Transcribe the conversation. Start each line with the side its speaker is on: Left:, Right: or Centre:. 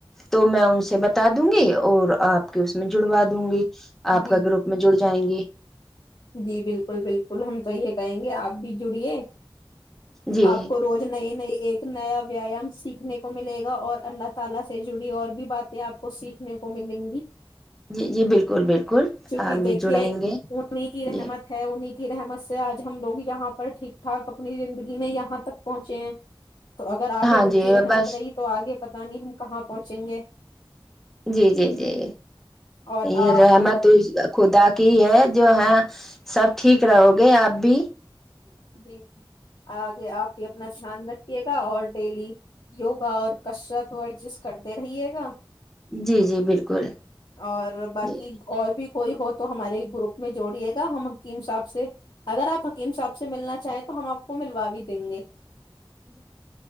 Centre: تو میں ان سے بتا دوں گی اور آپ کے اس میں جڑوا دوں گی
Left: جی
Centre: آپ کا گروپ میں جڑ جائیں گی
Left: جی بالکل بالکل ہم تو یہ کہیں گے آپ بھی جڑیے
Centre: جی
Left: آپ کو روز نئی نئی ایک نیا پیام سیکھنے کو ملے گا اور اللہ تعالا سے جڑی اور بھی باتیں اپ کو سیکھنے کو ملیں گی
Centre: جی جی بالکل بالکل
Left: کیونکہ
Centre: آ بھی
Left: دیکھیے
Centre: جڑائیں گے
Left: کی رحمت
Centre: جی
Left: ہے کی رحمت سے آج ہم لوگ یہاں پر ٹھیک ٹھاک اپنی زندگی میں یہاں تک پہنچے ہیں تو اگر آگے
Centre: ہاں
Left: ان
Centre: جی
Left: کی رحمت
Centre: بس
Left: رہی تو آگے پت نہیں کہاں پہنچیں گے
Centre: جی جی جی
Left: اور
Centre: یہ
Left: آپ
Centre: رحمت خدا کی ہے جو ہے سب ٹھیک رہو گے آپ بھی
Left: جی آگے آپ بھی اپنا دھیان رکھیے گا اور ڈیلی یوگا اور کشرت ورزش کرتے رہیے گا
Centre: جی جی بالکل
Left: اور باقی
Centre: جی
Left: اور بھی کوئی ہو تو ہمارے گروپ میں جوڑیے گا ہم حکیم صاحب سے اگر آپ حکیم صاحب سے ملنا چاہیں تو ہم آپ کو ملوا بھی دیں گے